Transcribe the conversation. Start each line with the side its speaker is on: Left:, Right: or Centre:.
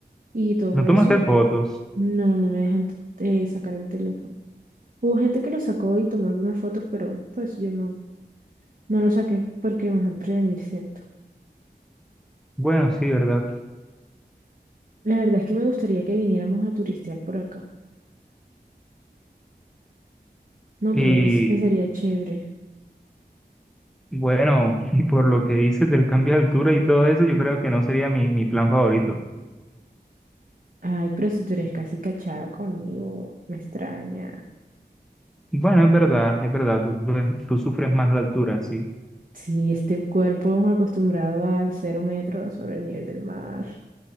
Right: y todo
Centre: ¿No
Right: eso.
Centre: tomaste fotos?
Right: No, no me dejan eh, sacar el teléfono. Hubo gente que lo sacó y tomó algunas fotos, pero pues yo no, no lo saqué porque mejor prevenir, ¿cierto?
Centre: Bueno, sí, ¿verdad?
Right: La verdad es que me gustaría que viniéramos a turistear por acá. ¿No
Centre: Y
Right: crees que sería chévere?
Centre: bueno, <laughs> y por lo que dices del cambio de altura y todo eso, yo creo que no sería mi, mi plan favorito.
Right: Ay, pero si tú eres casi cachada conmigo, me extraña.
Centre: Bueno, es verdad, es verdad, tú, sufres- tú sufres más la altura, sí.
Right: Sí, este cuerpo acostumbrado a cero metros sobre el nivel del mar.